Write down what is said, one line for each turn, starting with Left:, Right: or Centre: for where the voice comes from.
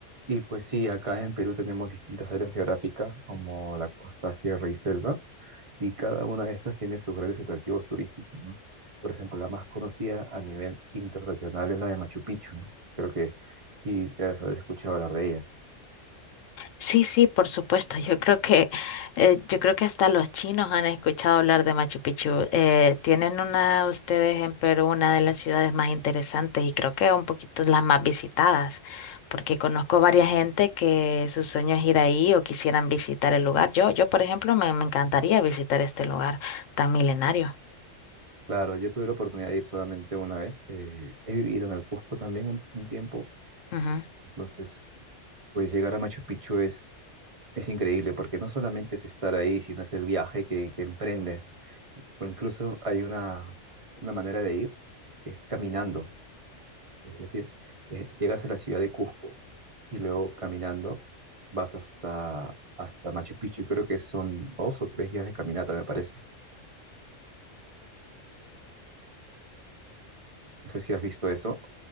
Right: Y pues sí, acá en Perú tenemos distintas áreas geográficas como la costa, sierra y selva, y cada una de estas tiene sus grandes atractivos turísticos, ¿no? Por ejemplo, la más conocida a nivel internacional es la de Machu Picchu, ¿no? Creo que sí debes haber escuchado hablar de ella.
Left: Sí, sí, por supuesto. Yo creo que, eh, yo creo que hasta los chinos han escuchado hablar de Machu Picchu. Eh, tienen una, ustedes en Perú, una de las ciudades más interesantes y creo que un poquito las más visitadas, porque conozco varias gente que su sueño es ir ahí o quisieran visitar el lugar. Yo, yo, por ejemplo, me, me encantaría visitar este lugar tan milenario.
Right: Claro, yo tuve la oportunidad de ir solamente una vez. eh, he vivido en el Cusco también un, un tiempo,
Left: Ujú.
Right: entonces pues llegar a Machu Picchu es, es increíble porque no solamente es estar ahí, sino es el viaje que, que emprendes O incluso hay una, una manera de ir, que es caminando. Es decir, eh, llegas a la ciudad de Cusco y luego caminando vas hasta, hasta Machu Picchu. Y creo que son dos o tres días de caminata, me parece. No sé si has visto eso,